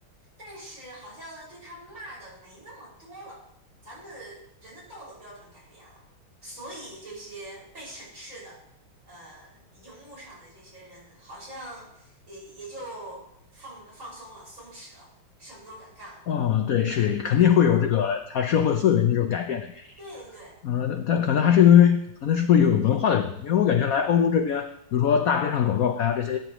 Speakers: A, on the right; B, on the left.
A: 但是好像对他骂的没那么多了，咱们人的道德标准改变了，所以这些被审视的，呃，荧幕上的这些人好像也也就放放松了，松弛了，什么都敢干了。
B: 啊、对，是肯定会有这个他社会氛围那种改变的。
A: 对对，
B: 嗯，但可能还是因为，可能是不是有文化的原因？因为我感觉来欧洲这边，比如说大街上广告牌啊，这些